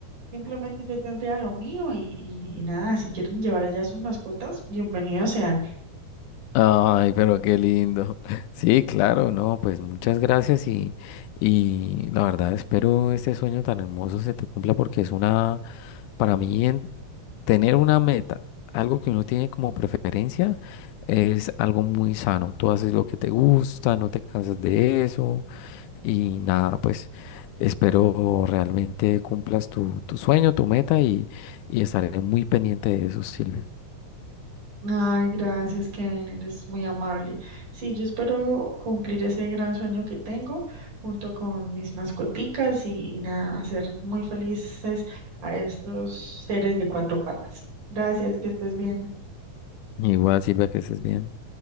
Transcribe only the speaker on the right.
simplemente yo tendría lo mío y, y, y nada, si quieren llevar allá sus mascotas, bienvenidos sean.
Ay, gracias, Kevin, eres muy amable. Sí, yo espero cumplir ese gran sueño que tengo junto con mis mascoticas y, y nada, hacer muy felices a estos seres de cuatro patas. Gracias, que estés bien.